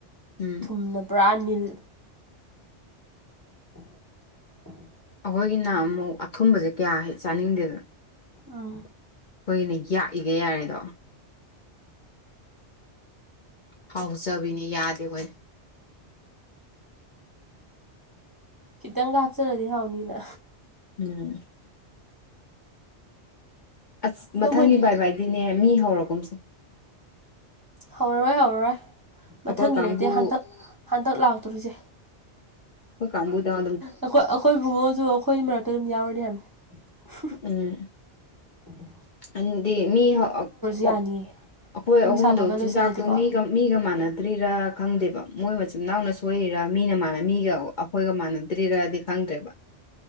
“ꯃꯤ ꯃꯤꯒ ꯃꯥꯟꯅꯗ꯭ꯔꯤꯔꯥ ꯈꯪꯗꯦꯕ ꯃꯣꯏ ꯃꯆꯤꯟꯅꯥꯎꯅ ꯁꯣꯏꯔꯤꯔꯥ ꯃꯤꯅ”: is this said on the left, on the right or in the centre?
Left